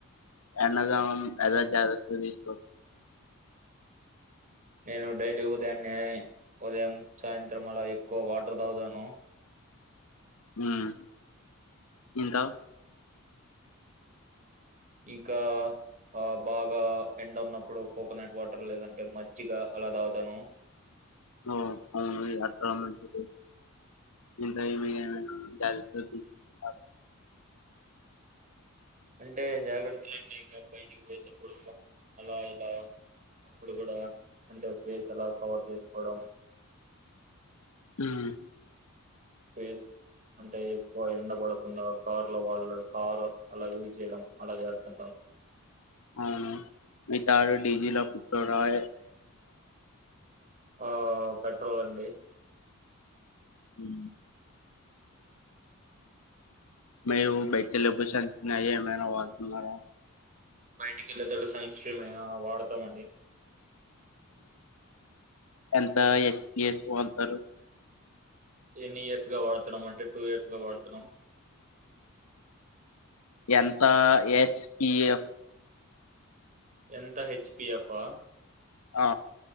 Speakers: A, on the left; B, on the right.
A: ఎండలో ఎలా జాగ్రత తీస్కున్
B: నేను డైలీ ఉదయాన్నే ఉదయం సాయంత్రం అలా ఎక్కువ వాటర్ తాతాను
A: మ్ ఇంకా
B: ఇంకా ఆ బాగా ఎండ ఉన్నప్పుడు కోకోనట్ వాటర్ లేదంటే మజ్జిగా అలా తాగుతాను.
A: ఓ అవును <unintelligible> ఇంకా ఈవెనింగ్ <unintelligible>
B: అంటే జాగ్రత్తలు అంటే ఇంకా బయటికి పోయేటప్పుడు అలా ఇలా అప్పుడు కూడా అంటే పేస్ అలా కవర్ చేసుకోవడం
A: ఉమ్
B: ఫేస్ అంటే ఎక్కువ ఎండ పడకుండా కారులో వాళ్ళ కారు అలా యూజ్ చేయడం అలా చేస్తుంటాం
A: అవును మీ తారు డీజీల పెట్రోల్
B: ఆ పెట్రోల్ అండి
A: ఉమ్ మీరు బయటకి వెళ్ళేయటపుడు సుంస్క్రీన్ ఏమైనా వాడుతున్నారా
B: బయటికి వెళ్ళేతాడు సున్స్క్ర్రేమ్ వాడతాంండి
A: ఎంత ఎన్ని ఇయర్స్ వాడతారు
B: ఎనీ ఇయర్స్ గా వాడుతున్నాం అంటే టూ ఇయర్స్ గా వాడుతున్నాం
A: ఎంత ఎస్పిఎఫ్
B: ఎంత హెచ్ పి అఫా ఆ
A: ఆ